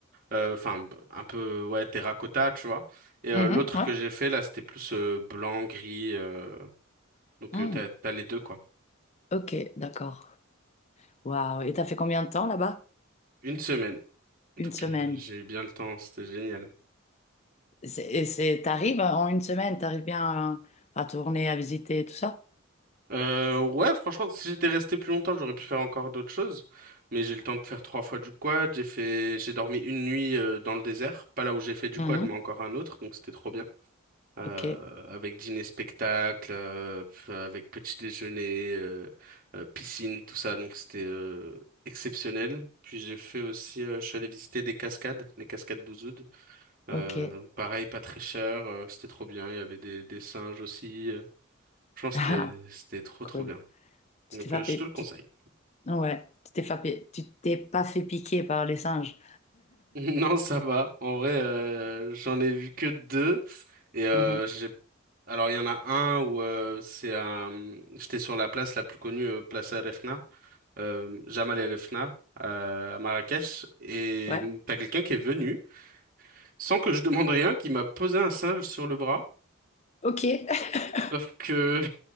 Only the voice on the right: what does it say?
Euh, Enfin, b- un peu, ouais, terracotta, tu vois. Et euh,
l'autre
que j'ai fait, là, c'était plus euh, blanc, gris. euh, Donc,
euh, t'as, t'as les deux, quoi.
Une semaine.
Donc,
euh, j'ai eu bien le temps, c'était génial.
Euh, ouais, franchement, si j'étais resté plus longtemps, j'aurais pu faire encore d'autres choses. Mais j'ai eu le temps de faire trois fois du quad. J'ai fait, j'ai dormi une nuit euh, dans le désert, pas là où j'ai fait du
quad, mais encore un autre. Donc c'était trop bien. Euh,
avec dîner spectacle, euh, pf, avec petit déjeuner, euh, euh, piscine, tout ça. Donc c'était euh, exceptionnel. Puis j'ai fait aussi, euh, je suis allé visiter des cascades, les cascades d'Ouzoud. Euh,
pareil, pas très cher, euh, c'était trop bien. Il y avait des, des singes aussi. euh, Je pense
que c'était, c'était trop,
trop bien.
Donc,
euh, je
te le conseille.
<laughs>
Non, ça va. En vrai, euh, j'en ai vu que deux. Et euh,
j'ai... Alors, il y en a un où euh, c'est un... J'étais sur la place la plus connue, euh, Place El Refna, euh, Jamal El Refna, euh, à Marrakech. Et
mm, t'as quelqu'un qui est venu, sans que je demande rien, qui m'a posé un singe sur le bras.
Sauf que